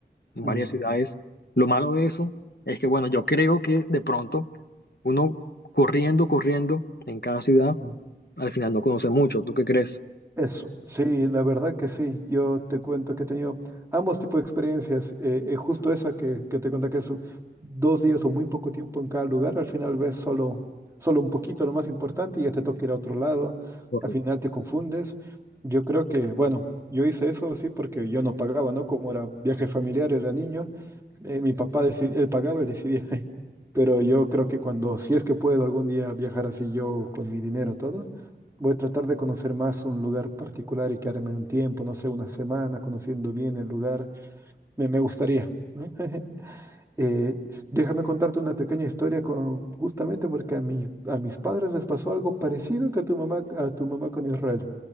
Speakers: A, on the left; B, on the right.
A: en
B: mm,
A: varias ciudades. Lo malo de eso es que, bueno, yo creo que de pronto uno corriendo, corriendo en cada ciudad
B: mm.
A: Al final no conoce mucho. ¿Tú qué crees?
B: Eso, sí, la verdad que sí. Yo te cuento que he tenido ambos tipos de experiencias. eh, eh, justo esa que, que te conté que es u- dos días o muy poco tiempo en cada lugar. Al final ves solo, solo un poquito lo más importante y ya te toca ir a otro lado.
A: Correcto.
B: Al final te confundes. Yo creo que, bueno, yo hice eso sí porque yo no pagaba, ¿no? Como era viaje familiar, era niño. eh, mi papá, deci- él pagaba, él decidía. Pero yo creo que cuando, si es que puedo algún día viajar así yo con mi dinero todo, voy a tratar de conocer más un lugar particular y quedarme un tiempo, no sé, una semana conociendo bien el lugar. Me, me gustaría, ¿no? <laughs> Eh, déjame contarte una pequeña historia con, justamente porque a mi, a mis padres les pasó algo parecido que a tu mamá, a tu mamá con Israel.